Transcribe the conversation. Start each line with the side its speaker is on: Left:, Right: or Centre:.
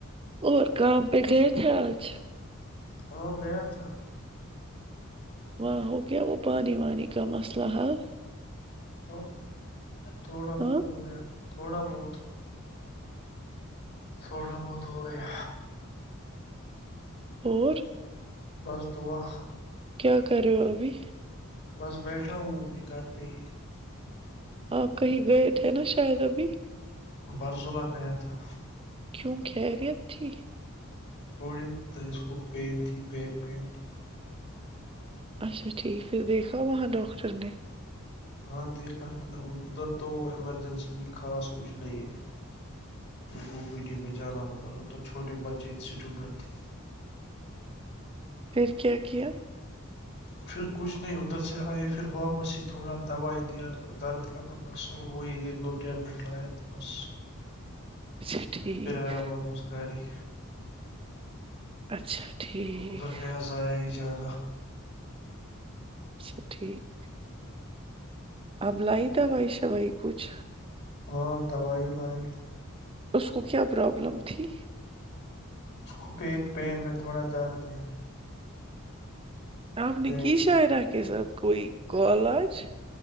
Right: اور کام پہ گیے تھے آج
Left: ہاں گیا تھا
Right: واں ہوگیا وہ پانی وانی کا مسلہ حل
Left: ہ تھوڑا بہت
Right: ہاں
Left: ہو گیا تھوڑا بہت تھوڑا بہت ہو گیا
Right: اور
Left: بس دعا
Right: کیا کررہے ہو ابھی
Left: بس بیٹھا ہوں ابھی گھر پہ ہی
Right: آپ کہیں گئے تھے نا شاید ابھی
Left: برزولا گیا تھا
Right: کیوں خیریت تھی
Left: تھوڑی د اس کو پین تھی بیک پین
Right: اچھا ٹھیک پھر دیکھا وہاں ڈاکٹر نے
Left: ہاں دیکھا ا ادھر تو ایمرجنسی میں خاص کچھ نہیں ہے او پی ڈی میں جانا ہوتا وہ تو چھوٹے بچے اسٹوڈنٹ تھے
Right: پھر کیا کیا
Left: پھر کچھ نہیں ادھر سے آئے پھر واپسی ہی تھوڑا دوائی دیا درد تو بس اور وہی ایک دو ٹیبلیٹ لایا تو بس
Right: اچھا ٹھیک
Left: پھر آیا واپس گھر ہی
Right: اچھا ٹھیک
Left: ادھر گیا ضایا ہی جان
Right: اچھا ٹھیک اب لائی د وائی شوائی کچھ
Left: ہاں دوائی لائی
Right: اس کو کیا پرابلم تھی
Left: اس کو بیک پین میں تھوڑا درد ہے
Right: آپ نے
Left: بیک
Right: کی
Left: میں
Right: شاعرہ کے ساتھ کوئی کال آج